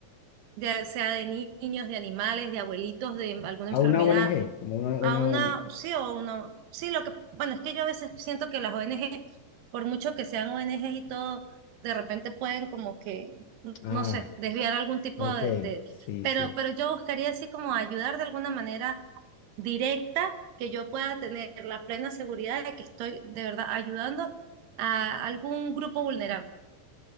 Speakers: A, on the right; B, on the left.
A: ya sea de ni- niños, de animales, de abuelitos, de alguna
B: A
A: enfermedad
B: una ONG, como una,
A: a
B: una
A: una,
B: ONG.
A: sí, o una, sí, lo que, bueno, es que yo a veces siento que las ONG, por mucho que sean ONGs y todo, de repente pueden como que,
B: Ah,
A: no sé, desviar algún tipo
B: ok,
A: de, de-
B: sí,
A: pero,
B: sí.
A: pero yo buscaría así como ayudar de alguna manera directa, que yo pueda tener la plena seguridad de que estoy de verdad ayudando a algún grupo vulnerable.